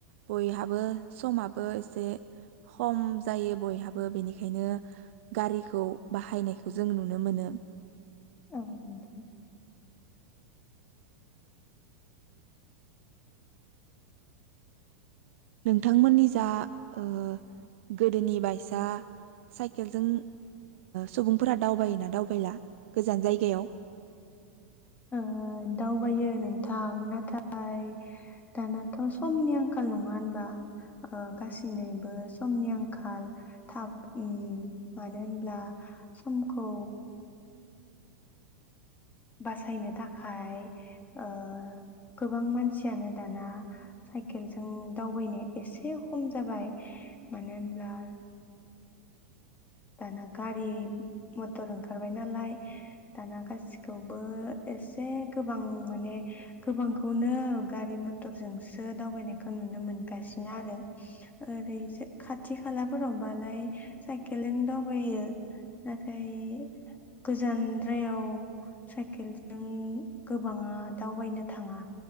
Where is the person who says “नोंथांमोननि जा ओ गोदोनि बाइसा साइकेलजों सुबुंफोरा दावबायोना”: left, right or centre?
Right